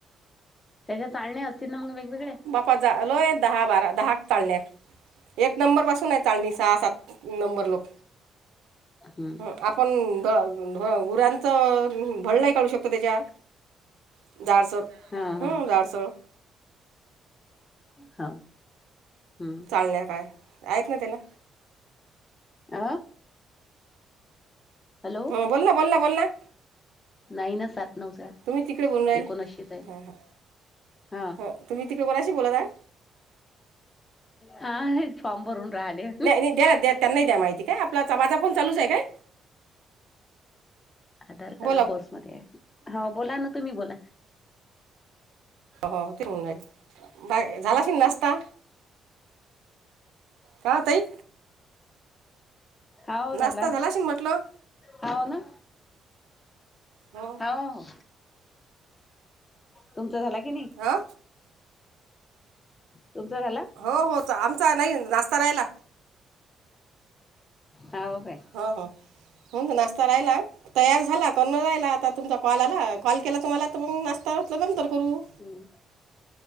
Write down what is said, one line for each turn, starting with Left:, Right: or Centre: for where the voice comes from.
Left: त्याच्या चाळणे असतील ना मग वेगवेगळे.
Right: पजा आलोय दहा बारा दहा चाळण्यात एक नंबरपासून हाय चाळणी सहा सात नंबर लोक
Left: हम्म
Right: ह आपण <unintelligible> घुरांचं भळ नाई काढू शकतो त्याच्या <inaudible>
Left: हा हा हा. हम्म
Right: चालण्या काय आहेत ना त्यांना
Left: अ. हॅलो
Right: हो बोलना बोलना बोलना.
Left: नाही ना सात नऊ सात
Right: तुम्ही तिकडे बोलून राहिले
Left: एकोणाशी हाईना
Right: हां हां
Left: हा
Right: हां तुम्ही तिकड कोणाशी बोलत हाय?
Left: हा हे फॉर्म भरून राहाले.
Right: <inaudible> त्यांनाही द्या माहिती काय. आपला कामाचा फोण चालूच आहे काय?
Left: आधार कार्ड
Right: बोला
Left: पोर्स मध्ये आहे. हा ओ बोला ना तुम्ही बोला.
Right: हो ते हून जाईल बा झालाश नास्ता? का तई?
Left: हाव झाला
Right: नाश्ता शिन म्हटलं
Left: हाव ना.
Right: हो
Left: हाओ तुमचा झाला की नाही?
Right: आ?
Left: तुमचा झाला?
Right: हो हो च आमचा नाई नास्ता रायला.
Left: हा हो काय?
Right: ही हो हूं नाश्ता राहिला? तयार झाला करून जायला आता तुमचा कॉल आला कॉल केला तुम्हाला आता मग नास्ता म्हटलं नंतर करू.
Left: हम्म.